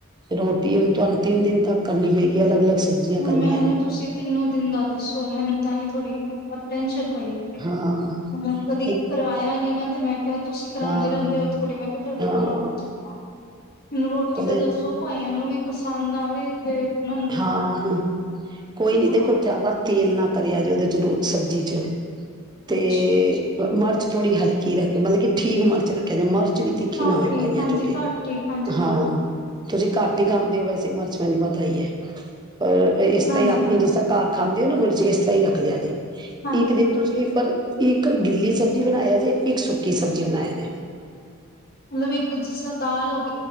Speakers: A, on the right (about 20°); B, on the left (about 45°).
A: ਰੋਟੀ ਉਹ ਤੁਹਾਨੂੰ ਤਿੰਨ ਦਿਨ ਤੱਕ ਕਰਨੀ ਪਏਗੀ ਹੈ ਅਲੱਗ ਅਲੱਗ ਸਬਜ਼ੀਆਂ
B: ਹੁਣ
A: ਕਰਨੀਆਂ
B: ਮੈਂ ਉਹਨੂੰ
A: ਨੇ
B: ਤੁਸੀਂ ਤਿੰਨੋ ਦਿੰਦਾ ਦੱਸੋ ਸੋ ਮੈਨੂੰ ਤਾਂ ਥੋੜੀ ਟੈਂਨਸ਼ਨ ਦੀ ਹੈ
A: ਹਾਂ
B: ਹ ਕਦੇ ਕਿਰਾਇਆ
A: ਇੱਕ
B: ਨੀ ਨਾ ਤੇ ਮੈਂ ਕਿਹਾ ਤੁਸੀਂ ਕਰਾਉਂਦੇ
A: ਹਾਂ
B: ਰਹਿੰਦੇ ਹੋ ਥੋੜੀ ਮੈਂ ਤੁਹਾਡੇ
A: ਹਾਂ
B: ਕੋਲ ਨੌਲੇਜਵਾਂ ਮੈਨੂੰ ਰੋਟੀ
A: ਉਹਦੇ
B: ਤਾਂ ਦੱਸੋ ਪਾਈਆਂ ਨੂੰ ਵੀ ਪਸੰਦ ਆਵੇ ਤੇ ਉਹਨਾਂ ਨੂੰ ਲੱਗੇ
A: ਹਾਂ
B: ਨਾ
A: ਕੋਈ ਨੀ ਦੇਖੋ
B: ਹਾਂ
A: ਜ਼ਿਆਦਾ ਤੇਲ ਨਾ ਕਰਿਆ ਜੇ ਉਹਦੇ ਚ ਸਬਜ਼ੀ ਚ ਤੇ
B: ਅੱਛਾ
A: ਮਰਚ ਥੋੜੀਲਕੀੱਖ ਮਤਲਬ ਠੀਕ ਮਰਚੱਖ ਜਾੇ ਮਰਚ ਵੀ ਤਿੱਖੀ
B: ਘੱਟ
A: ਨਾ ਹੋਵੇ
B: ਹੀ
A: ਪਾਈਆਂ
B: ਹਾਂਜੀ
A: ਜੋਗੇ
B: ਘੱਟ ਹੀ ਹਾਂਜੀ ਹਾਂਜੀ
A: ਹਾਂ ਤੁਸੀਂ ਘਰਟ ਹੀ ਖਾਂਦੇ ਹੋ ਵੈਸੇ ਮਰਚ ਪਿੰਟ ਪਤਾਈ ਹੈ <unintelligible> ਪਰ ਇਸ ਤਰ੍ਹਾਂ
B: ਹਾਂਜੀ
A: ਹੀ ਆਪਣੀ
B: ਹਾਂਜੀ
A: ਜਿਸ ਤ ਕਾਰਖਾਨਾ ਨੂੰਚੇ ਇਸ ਤ ਹੀ ਰੱਖ ਲਿਆ ਜੇ
B: ਹਾਂਜੀ
A: ਇੱਕ ਦਿਨ ਤੁਸੀਂ ਪਰ ਇੱਕ ਗਿੱਲੀ ਸਬਜ਼ੀ ਬਣਾਇਆ ਜੇ ਇੱਕ ਸੁੱਕੀ ਸਬਜ਼ੀ ਬਣਾਇਆ ਜੇ
B: ਮਤਲਬ ਇੱਕ ਜਿਸਤਾਲ ਹੋਵੇ